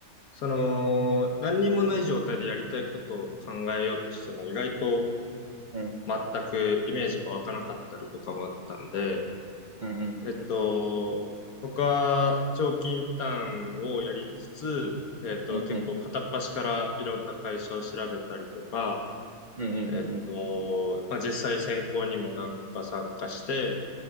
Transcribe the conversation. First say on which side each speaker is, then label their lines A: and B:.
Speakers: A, on the left; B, on the right.
A: その、何にもない状態でやりたいことを考えようとしても意外と
B: うん。
A: 全くイメージが湧かなかったりとかもあったんで、
B: うんうんうんうん。
A: えっと、僕は長期インターンをやりつつ、えっと、
B: うんうんうん。
A: 結構片っ端からいろんな会社を調べたりとか、
B: うんうんうんうん。
A: えっと、まあ、実際選考にも何個か参加して、